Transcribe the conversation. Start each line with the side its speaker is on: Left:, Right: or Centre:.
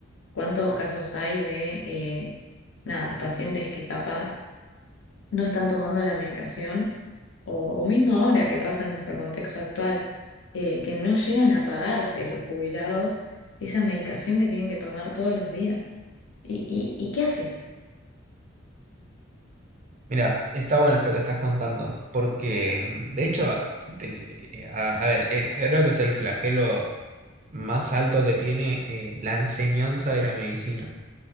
Left: ¿Cuántos casos hay de, eh, nada, pacientes que capaz no están tomando la medicación, o, o mismo ahora que pasa en nuestro contexto actual, eh, que no llegan a pagarse los jubilados esa medicación que tienen que tomar todos los días. ¿Y, y, y qué haces?
Right: Mira, está bueno esto que estás contando, porque mm, de hecho, te- eh, a, a ver, eh, creo que es el flagelo más alto que tiene eh, la enseñanza de la medicina